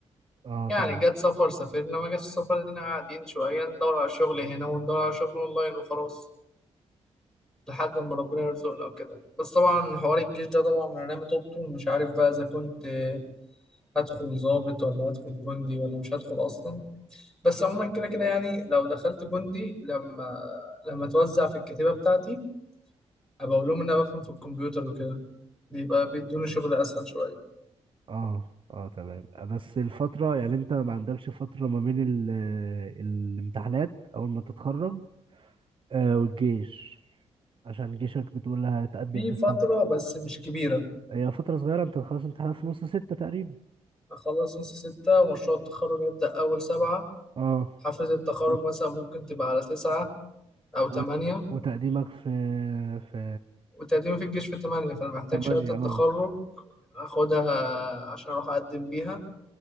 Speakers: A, on the right; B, in the centre.
A: اه
B: يعني
A: طبعا
B: جت سفر سافرنا ما جاتش سفر دينا قاعدين شويه ندور على شغل هنا وندور على شغل اونلاين وخلاص لحد ما ربنا يرزقنا وكده بس طبعا حوار الجيش ده طبعا انا رامي طوبته مش عارف بقى اذا كنت هدخل ضابط ولا هدخل جندي ولا مش هدخل اصلا بس عموما كده كده يعني لو دخلت جندي لما لما اتوزع في الكتيبة بتاعتي ابقى اقول لهم ان انا بفهم في الكمبيوتر وكده بيبقى بيدوني شغل اسهل شوية
A: اه اه تمام بس الفترة يعني انت ما عندكش فترة ما بين ال- الامتحانات اول ما تتخرج آه والجيش عشان جيشك بتقول هتقدم
B: في
A: في
B: فترة
A: السنة
B: بس مش كبيرة
A: هي فترة صغيرة انت خلاص امتحانات في نص ستة تقريبا
B: أخلص نص ستة ومشروع التخرج يبدأ أول سبعة
A: اه
B: حفلة التخرج
A: و...
B: مثلا ممكن تبقى على تسعة أو تمانية
A: و... وتقديمك في في
B: وتقديمي في الجيش في تمانية فأنا محتاج
A: في تمانية
B: شهادة التخرج
A: اه
B: أخدها عشان أروح أقدم بيها